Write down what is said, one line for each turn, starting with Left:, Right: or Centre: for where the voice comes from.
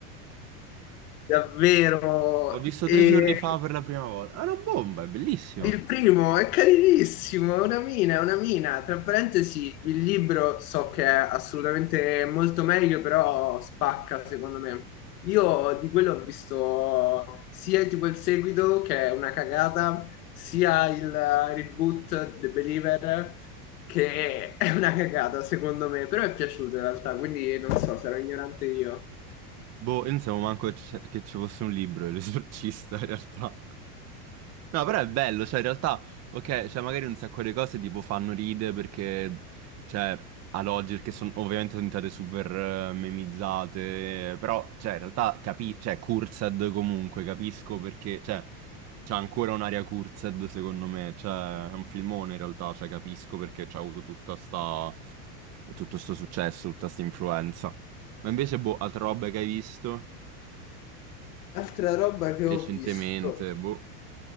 Left: Davvero.
Right: L'ho visto
Left: E
Right: tre giorni fa per la prima volta. È una bomba, è bellissimo.
Left: Il primo è carinissimo, è una mina, è una mina. Tra parentesi, il libro so che è assolutamente molto meglio, però spacca secondo me. Io di quello ho visto sia tipo il seguito, che è una cagata, sia il reboot The Believer, che è una cagata secondo me, però è piaciuto in realtà, quindi non so, sarò ignorante io.
Right: Boh, io non sapevo manco c- che ci fosse un libro, <laughs> L'Esorcista, in realtà. No, però è bello, cioè in realtà, ok, cioè magari un sacco di cose tipo fanno ride perché, cioè, ad oggi, che sono ovviamente sono diventate super eh, memizzate, però, cioè, in realtà, capi cioè, cursed comunque, capisco perché, cioè, c'è ancora un'area cursed secondo me, cioè, è un filmone in realtà, cioè, capisco perché c'ha avuto tutta sta, tutto sto successo, tutta sta influenza. Ma invece, boh, altra roba che hai visto
Left: Altra roba che
Right: recentemente,
Left: ho visto.
Right: boh.